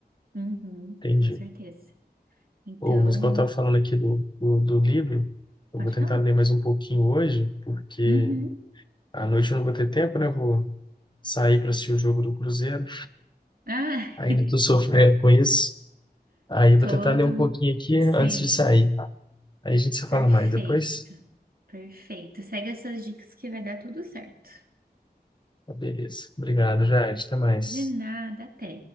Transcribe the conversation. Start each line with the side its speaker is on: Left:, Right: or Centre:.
Right: uhum,
Left: entendi.
Right: com certeza. Então,
Left: Oh, mas quando eu estava falando aqui do, do, do livro, eu
Right: pode
Left: vou tentar
Right: falar.
Left: ler mais um pouquinho hoje, porque
Right: Uhum.
Left: à noite eu não vou ter tempo, né? Eu vou sair para assistir o jogo do Cruzeiro.
Right: Ah,
Left: Ainda
Right: <laughs>
Left: estou sofrendo com isso. Aí eu
Right: todo,
Left: vou tentar ler um pouquinho aqui
Right: sim,
Left: antes de sair. Aí a gente se
Right: perfeito,
Left: fala mais depois.
Right: perfeito. Segue essas dicas que vai dar tudo certo.
Left: Tá, beleza. Obrigado, Jade. Até mais.
Right: De nada, até.